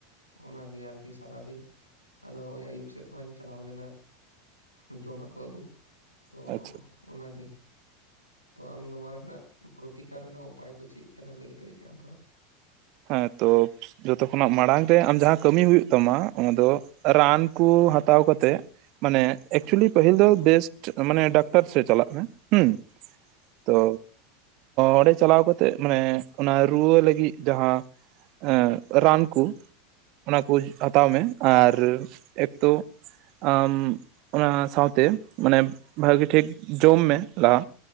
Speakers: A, on the left; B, on the right.
A: ᱚᱱᱟᱜᱮ ᱟᱨᱠᱤ ᱥᱟᱨᱟᱫᱤᱱ, ᱟᱫᱚ ᱱᱚᱜ-ᱚᱭ ᱟᱭᱩᱵ ᱥᱮᱫ ᱛᱷᱚᱲᱟᱧ ᱪᱟᱞᱟᱣ ᱞᱮᱱᱟ᱾ ᱡᱚᱢᱟᱜ ᱠᱚ ᱟᱹᱜᱩ ᱛᱚ
B: ᱟᱪᱪᱷᱟ
A: ᱚᱱᱟᱜᱮ ᱛᱚ, ᱟᱢ ᱱᱚᱣᱟ ᱨᱮᱱᱟᱜ ᱯᱨᱚᱛᱤᱠᱟᱨ ᱨᱮᱱᱟᱜ ᱩᱯᱟᱭ ᱠᱚ ᱪᱮᱜ ᱠᱟᱱᱟ ᱞᱟᱹᱭ ᱫᱟᱲᱮᱭᱟ ᱠᱷᱟᱱᱮᱢ ᱛᱷᱚᱲᱟ?
B: ᱦᱮᱸ ᱛᱚ ᱡᱚᱛᱚ ᱠᱷᱚᱱᱟᱜ ᱢᱟᱲᱟᱝ ᱨᱮ ᱟᱢ ᱡᱟᱦᱟᱸ ᱠᱟᱹᱟᱢᱤ ᱦᱩᱭᱩᱜ ᱛᱟᱢᱟ, ᱚᱱᱟᱫᱚ ᱨᱟᱱᱠᱩ ᱦᱟᱛᱟᱣ ᱠᱟᱛᱮᱜ ᱢᱟᱱᱮ ᱮᱠᱪᱩᱭᱮᱞᱤ ᱯᱟᱹᱦᱤᱞ ᱫᱚ ᱵᱮᱥᱴ, ᱢᱟᱱᱮ ᱰᱟᱠᱛᱟᱨ ᱥᱮᱜ ᱪᱟᱞᱟᱜ ᱢᱮ, ᱦᱩᱸ ᱛᱚ ᱚᱸᱰᱮ ᱪᱟᱞᱟᱣ ᱠᱟᱛᱮᱜ ᱢᱟᱱᱮ ᱚᱱᱟ ᱨᱩᱣᱟᱹ ᱞᱟᱹᱜᱤᱫ ᱡᱟᱦᱟᱸ ᱮᱸ ᱨᱟᱱ ᱠᱩ, ᱚᱱᱟ ᱠᱩ ᱦᱟᱛᱟᱣ ᱢᱮ, ᱟᱨ ᱮᱠᱛᱳ ᱟᱢ ᱚᱱᱟ ᱥᱟᱶᱛᱮ ᱢᱟᱱᱮ, ᱵᱷᱟᱜᱤ ᱴᱷᱤᱠ ᱡᱚᱢ ᱢᱮ ᱞᱟᱦᱟ᱾